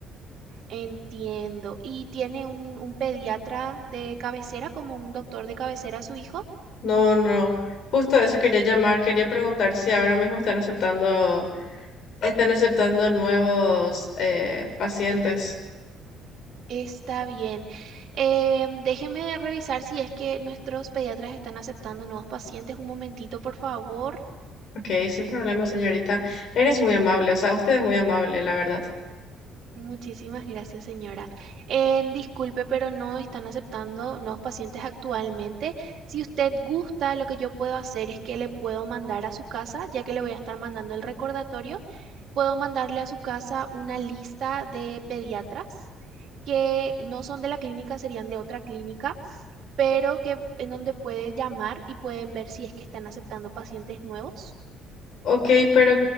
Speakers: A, on the right; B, on the left.
A: Entiendo. ¿Y tiene un, un pediatra de cabecera, como un doctor de cabecera su hijo?
B: No, no. Justo a eso quería llamar, quería preguntar si ahora mismo están aceptando Están aceptando nuevos eh, pacientes.
A: Está bien. Eh, déjeme revisar si es que nuestros pediatras están aceptando nuevos pacientes. Un momentito, por favor.
B: Ok, sin problema, señorita. Eres muy amable, o sea, usted es muy amable, la verdad.
A: Muchísimas gracias, señora. Eh, disculpe, pero no están aceptando nuevos pacientes actualmente. Si usted gusta, lo que yo puedo hacer es que le puedo mandar a su casa, ya que le voy a estar mandando el recordatorio, puedo mandarle a su casa una lista de pediatras que no son de la clínica, serían de otra clínica, pero que en donde puede llamar y pueden ver si es que están aceptando pacientes nuevos.
B: Ok, pero